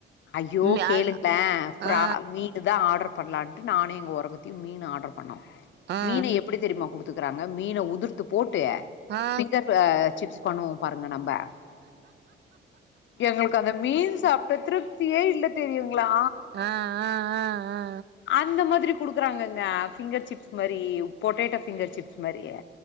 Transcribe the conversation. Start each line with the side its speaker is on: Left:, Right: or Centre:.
Left: அய்யோ
Right: ம்
Left: கேளுங்களே
Right: அ
Left: பிரான்
Right: ஆ
Left: மீன் க்கு தா ஆர்டர் பண்ணலான்ட்டு நானு எங்க ஓரகத்தியு மீன் ஆர்டர் பண்ணோ
Right: ஆ
Left: மீன எப் பிடி தெரியுமா குடுத்துக்கறாங்க மீன உதுர்த்து போட்டு
Right: ஆ
Left: பிங்கர் அ சிப்ஸ் பண்ணுவோ பாருங்க நம்ப எங்களுக்கு அந்த மீன் சாப்ட்ட திருப் தியே இல்ல தெரியுங்களா
Right: ஆ ஆ ஆ ஆ
Left: அந்த மாதிரி குடுக்குறாங்கங்க ஃபிங்கர் சிப்ஸ் மாரி பொட்டேட்டோ ஃபிங்கர் சிப்ஸ் மாரியே